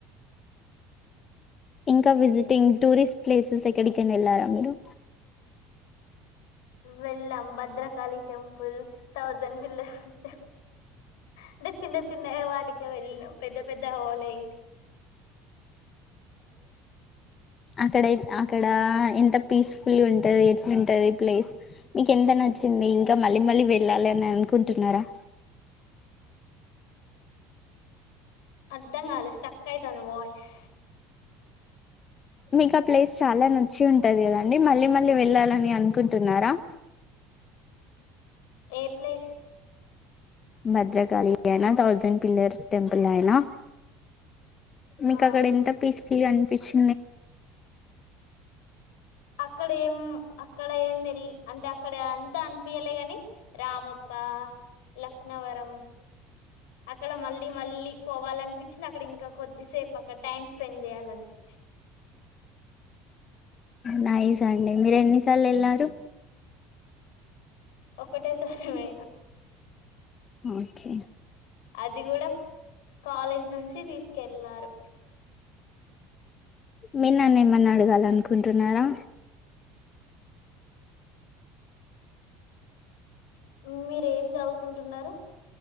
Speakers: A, on the left; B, on the left.
A: ఇంకా విజిటింగ్ టూరిస్ట్ ప్లేసెస్ ఎక్కడికనా వెళ్ళారా మీరు
B: వెళ్ళాం భద్రకాళి టెంపుల్, థౌసండ్ పిల్లర్స్ల్ అంటే చిన్న చిన్న వాటికే వెళ్ళిన పెద్ద పెద్ద హవాల ఇంకా
A: అక్కడ అక్కడ ఎంత పీస్ఫుల్ ఉంటది, ఎట్లాంటది ప్లేస్ మీకు ఎంత నచ్చింది, ఇంకా మళ్ళీ మళ్ళీ వెళ్ళాలి అని అనుకుంటున్నారా.
B: అద్దం కాలే స్టక్ అయితాంది వాయిస్
A: మీకు ఆ ప్లేస్ చాలా నచ్చి ఉంటుంది కదండి, మళ్ళీ మళ్ళీ వెళ్ళాలని అనుకుంటున్నారా
B: ఏ ప్లేస్
A: భద్రకళి అయినా థౌజండ్ పిల్లర్ టెంపుల్ అయినా మీకు
B: ఆ
A: అక్కడ ఎంత పీస్ ఫుల్ గా అనిపించింది
B: అక్కడ ఏం అక్కడ ఏం తెలి అంటే అక్కడ అంతా అనిపియలే గాని, రామప్ప, లక్నవరం, అక్కడ మళ్ళీ మళ్ళీ పోవాలనిపించింది, అక్కడ ఇంకా కొద్దిసేపు అక్కడ టైమ్ స్పెండ్ చేయాలనిపించి.
A: నైస్ అండి మీరు ఎన్నిసార్లు వెళ్ళరూ
B: ఒక్కటే సారి పోయిన
A: ఓకే
B: అది కూడా కాలేజ్ నుంచి తీసుకెళ్లారు
A: మీ నన్న ఏమన్నా అడగాల అనుకుంటున్నారా
B: మ్ మీర్ ఏం చదువుకుంటున్నారు